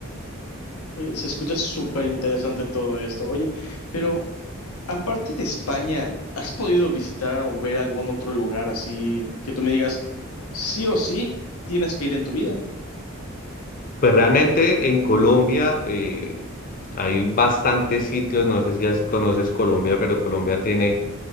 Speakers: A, on the left; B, on the left.
A: Oye, Se escucha súper interesante todo esto. Oye, pero aparte de España, ¿has podido visitar o ver algún otro lugar así que tú me digas, sí o sí, tienes que ir en tu vida?
B: Pues realmente en Colombia eh, hay bastantes sitios, no sé si has- conoces Colombia, pero Colombia tiene